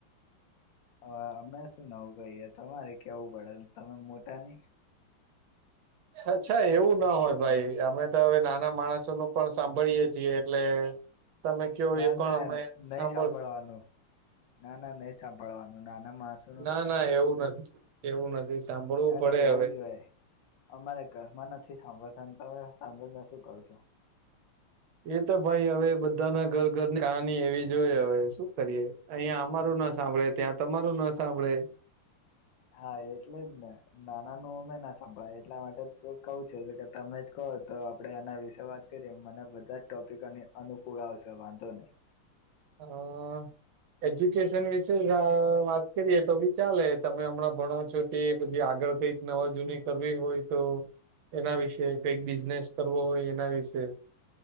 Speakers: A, on the left; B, on the right.
A: અ અમે શું નવું કહીએ તમારે કેવું પડે તમે મોટા ની
B: અચ્છા એવું ના હોય ભાઈ અમે તો હવે નાના માણસોનું પણ સાંભળીએ છીએ એટલે તમે કયો
A: ના
B: એ પણ
A: ના
B: અમે
A: નહી
B: સાંભળશું
A: સાંભળવાનું ના ના નહી સાંભળવાનું નાના માણસ
B: ના ના એવું નથી એવું નથી સાંભળવું
A: અરે
B: પડે
A: એવું
B: હવે
A: જ હોય અમારે ઘરમાં નથી સાંભળતા તમે સાંભળીને શું કરશો
B: એ તો ભાઈ હવે બધાના ઘર ઘરની કહાની એવી જ હોય હવે શુ કરીએ અહિયાં અમારું ન સાંભળે ત્યાં તમારું ન સાંભળે
A: હા એટલે જ ને નાના નુ અમે ના સંભળાય એટલા માટે કવું છે, કે તમે જ કહો તો આપડે એના વિશે વાત કરીએ મને બધા જ ટોપિકોને અનુકૂળ આવશે વાંધો નહી
B: હા. એજ્યુકેશન વિશે વા વાત કરીએ તો બી ચાલે તમે હમણાં ભણો છો તે પછી આગળ કઈક નવા જૂની કરવી હોય તો એના વિશે કઈક બિઝનેસ કરવો હોય એના વિશે